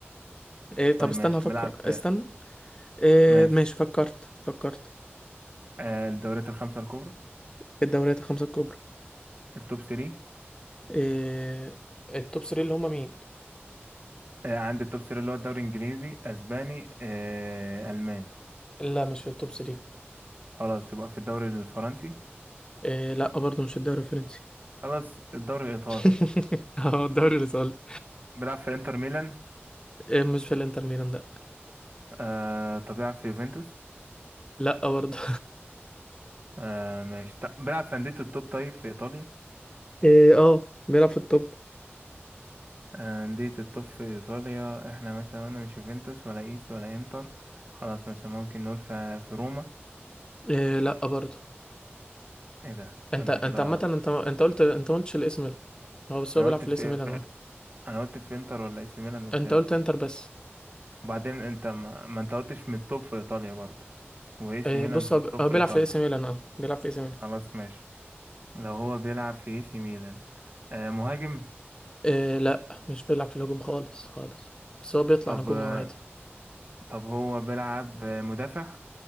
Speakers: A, on the left; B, on the right.
A: إيه
B: طيب
A: طب استنى
B: ماشي
A: افكر
B: بيلعب في-
A: استنى إيه
B: ماشي
A: ماشي فكرت فكرت
B: آه، الدوريات الخمسة الكبرى
A: في الدوريات الخمسة الكبرى
B: التوب 3
A: إيه التوب 3 اللي هما مين؟
B: آه، عند التوب 3 اللي هو الدوري الانجليزي اسباني آه، الماني
A: لا مش في التوب 3
B: خلاص يبقى في الدوري الفرنسي
A: إيه لا برضه مش في الدوري الفرنسي
B: خلاص الدوري الايطالي
A: <laughs> اه الدوري الايطالي
B: بيلعب في انتر ميلان
A: إيه مش في الانتر ميلان لا
B: آه طب بيلعب في يوفنتوس
A: لا برضه
B: آه ماشي طب بيلعب في أندية التوب طيب في إيطاليا
A: <laughs> إيه اه بيلعب في التوب
B: آه، أندية التوب في إيطاليا احنا مثلا قلنا مش يوفنتوس ولا إيس ولا إنتر خلاص مثلا ممكن نقول في, في روما
A: إيه لا برضه
B: ايه ده
A: انت
B: ده انت
A: انت
B: كده
A: عامه انت انت قلت انت ما قلتش الاس ميلان هو بس
B: انا
A: هو بيلعب
B: قلت
A: في
B: في,
A: الاس ميلان
B: في
A: اه
B: انا قلت في انتر ولا اي سي ميلان قلت
A: انت
B: لا
A: قلت انتر بس
B: وبعدين انت ما, ما انت قلتش من التوب في ايطاليا برضه واي سي
A: اه
B: ميلان
A: بص
B: في
A: هو
B: التوب
A: ب- هو
B: في
A: بيلعب
B: ايطاليا
A: في الاس ميلان اه بيلعب في الاس ميلان
B: خلاص ماشي لو هو بيلعب في اي سي ميلان آه مهاجم
A: اه لا مش بيلعب في الهجوم خالص خالص بس هو بيطلع
B: طب
A: هجوم
B: آه،
A: عادي
B: طب هو بيلعب مدافع